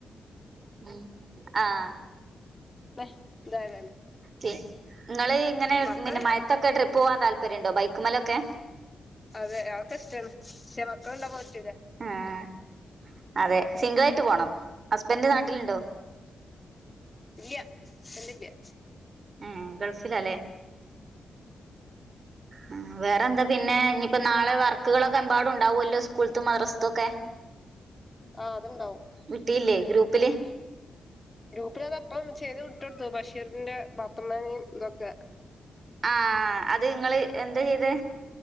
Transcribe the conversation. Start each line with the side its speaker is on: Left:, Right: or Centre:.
Right: ഉം ആഹ്.
Left: മെഹ് താരാണ്.
Right: ഹെ, ങ്ങള് ഇങ്ങനെ
Left: മക്കള്
Right: പിന്നെ മയത്തൊക്കെ
Left: ഞാൻ
Right: ട്രിപ്പ് പോവാൻ താല്പര്യംണ്ടോ ബൈക്മലൊക്കെ.
Left: അതെ അഒക്കെ ഇഷ്ടാണ്. ക്ഷേ മക്കള് ണ്ടാമ്പോൾ പറ്റൂല.
Right: ആഹ് അതെ, സിംഗിള യിട്ട് പോണം ഹസ്ബൻഡ് നാട്ടിലുണ്ടോ.
Left: ഇല്യ, സ്ബൻഡ് ഇല്യ.
Right: എ, ഗൾഫിലാ ല്ലേ?
Left: <unintelligible>
Right: ഉം, വേറെ ന്ത പിന്നെ. ഞ്ഞിപ്പ നാളെ വർക്കുകളൊക്കെ മ്പാടുണ്ടാവുല്ലോ സ്കൂൾത്തും മദ്റസ്ത്തുക്കെ.
Left: ആഹ് അത്ണ്ടാവും.
Right: വിട്ടീല്ലേ ഗ്രൂപ്പില്.
Left: ഗ്രൂപ്പില് അത് അപ്പം ചെയ്ത് വിട്ടൊട് ത്തു ബഷീറിന്റെ പാത്തുമ്മാനീം തൊക്കെ.
Right: ആഹ്, അത് ങ്ങള് എന്ത ചെയ്ത്